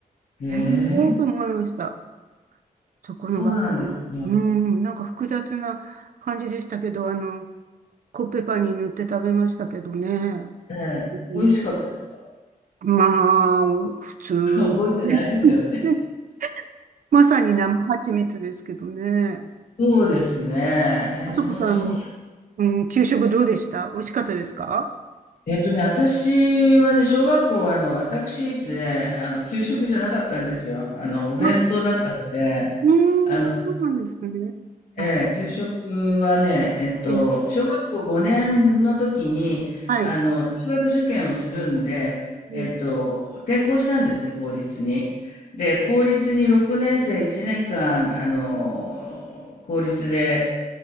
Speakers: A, on the left (about 65°); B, on the right (about 60°).
A: え
B: へえーと思いました。
A: え、
B: そこの学校は。
A: そうなんですか。え
B: うん、なんか複雑な感じでしたけど、あの、コッペパンに塗って食べましたけどね。
A: え、
B: うん、
A: 美味しかったですか
B: まあ、普通。
A: <laughs> 覚えてないですよね。
B: <laughs> ね、まさに生蜂蜜ですけどね。
A: そうですね。へえ、
B: あそこさん、
A: そ、そう、
B: うん、給食どうでした美味しかったですか
A: えっとね、私はね、小学校は、あの、私立で、あの、給食じゃなかったんですよ。あの、お弁当だったので、
B: あ、うん、
A: あの、
B: そうなんですね。あ、
A: ええ、給食はね、えっと、
B: え、
A: 小学校5年の時に、
B: はい。
A: あの、中学受験をするんで、えっと、
B: う
A: 転校したんですね、公立に。で、公立に6年生1年間、あの、公立で、